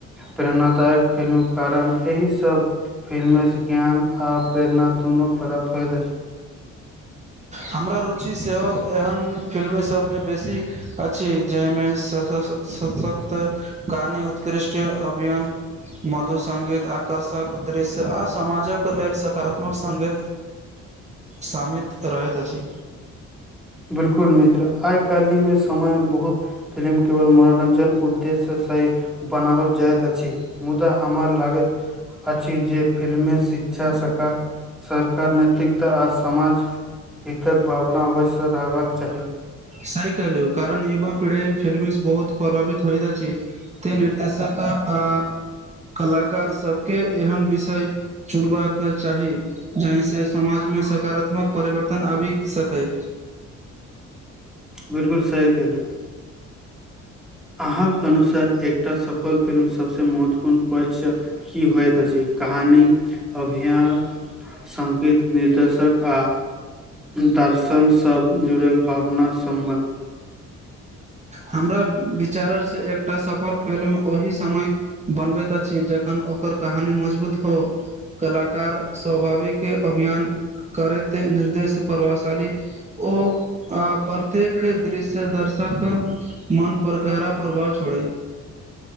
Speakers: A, in the centre; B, on the right.
A: प्रेरणादायक फिल्म कारण एहि ई सब फिलमे से ज्ञान आ प्रेरणा दुनू प्राप्त होयइत अछि।
B: हमरा रुचि सेहो एहन फिल्मे सभमे बेसी अछि जाहिमे स ह ह स ह तऽ कहानी, उत्कृष्ट अभियन, मधुसङ्गीत आ कर्षक दृश्य आ समाजके लेल सकारात्मक सङ्गीत शामित रहैत अछि।
A: बिलकुल मित्र आई काल्हि मे समय बहुत फिल्म केवल मनोरंजन उद्देश्यसै बनाओल जाइत अछि मुदा हमर लागैत अछि जे फिल्ममे शिक्षा, सका सरकार नैतिकता आ समाज हितक भावना अवश्य रहबाक चाही।
B: सही कहलु कारण युवा पीढ़ी फिलमी से बहुत प्रभावित होइत अछि। तै निर्देशक आ कलाकार सबके एहन विषय चुनबाक चाही जहि सें समाजमे सकारात्मक परिवर्तन आबि सकै।
A: बिलकुल सही कहिलौं अहाँक अनुसार एकटा सफल फिल्म सभसँ महत्व पूर्ण पक्ष की होइत अछि कहानी, अभिया संगीत निर्देशक आ दर्शनसँ जुड़ल भावना सम्बन्ध
B: हमरा विचारसँ एकटा सफल फिल्म ओहि समय बनबैत अछि ज खन ओकर कहानी मजबूत हो, कलाकार स्वभाविके अभियान करैत, निर्देश प्रभावशाली ओ प्रत्येक दृश्य दर्श सक मन पर गहरा प्रभाव छोड़ै